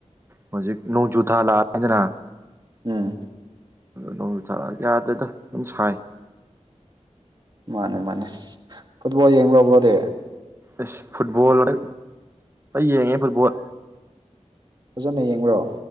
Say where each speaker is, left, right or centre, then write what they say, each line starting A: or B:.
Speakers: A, on the right (about 20°); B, on the right (about 35°).
A: ꯍꯧꯖꯤꯛ ꯅꯣꯡꯖꯨ ꯊꯥ ꯂꯥꯛꯑꯗꯅ
B: ꯎꯝ
A: ꯅꯣꯡꯖꯨ ꯊꯥꯔꯛꯑꯒꯦ ꯌꯥꯗꯗ ꯑꯗꯨꯝ ꯁꯥꯏ
B: ꯃꯥꯅꯦ ꯃꯥꯅꯦ ꯐꯨꯠꯕꯣꯜ ꯌꯦꯡꯕ꯭ꯔꯕ꯭ꯔꯣꯗꯤ
A: ꯑ ꯐꯨꯠꯕꯣꯜꯔ ꯌꯦꯡꯉꯦ ꯐꯨꯠꯕꯣꯜ
B: ꯐꯖꯅ ꯌꯦꯡꯕ꯭ꯔꯣ